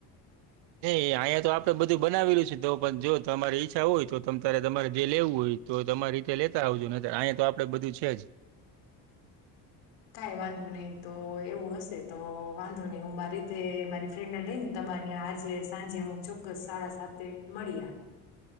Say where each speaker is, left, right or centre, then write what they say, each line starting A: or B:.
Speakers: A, on the right; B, on the left.
A: નહી અહીંયા તો આપડે બધું બનાવેલું છે તો પણ જો તમારી ઈચ્છા હોય તો તમા તમારે જે લેવું હોય તો તમારી રીતે લેતા આવજો ને અહીંયા તો આપડે બધું છે જ
B: કઈ વાંધો નહી તો એવું હશે તો વાંધો નહી હું મારી રીતે મારી ફ્રેન્ડને લઈ ને તમારી આજે સાંજે હું ચોક્કસ સાડા સાતે મળીયા